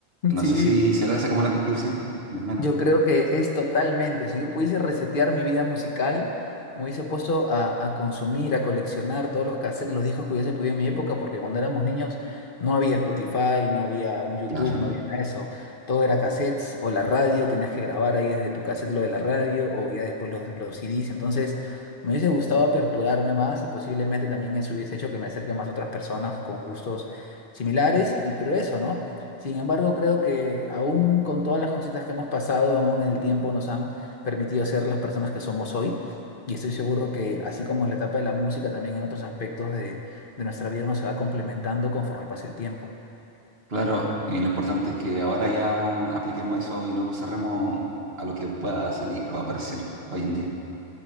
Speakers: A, on the right (about 60°); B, on the left (about 50°).
A: No
B: Sí,
A: sé si será esa como la conclusión, más o menos.
B: Yo creo que es totalmente. Si yo pudiese resetear mi vida musical, me hubiese puesto a, a consumir, a coleccionar todos los cassettes, los discos que hubiese podido en mi época, porque cuando éramos niños no había Spotify, no había un YouTube,
A: Claro,
B: no había nada de eso. Todo era cassettes o la radio, tenías que grabar ahí desde tu cassette lo de la radio o ya después los, los CDs. Entonces, me hubiese gustado aperturarme más y posiblemente también eso hubiese hecho que me acerque más a otras personas con gustos similares. Y pero eso, ¿no? Sin embargo, creo que aún con todas las cositas que hemos pasado, aún el tiempo nos han permitido ser las personas que somos hoy. Y estoy seguro que así como en la etapa de la música, también en otros aspectos de, de nuestra vida uno se va complementando conforme pasa el tiempo.
A: <laughs> claro. Y lo importante es que ahora ya apliquemos eso y no nos cerremos a lo que pueda salir o aparecer hoy en día.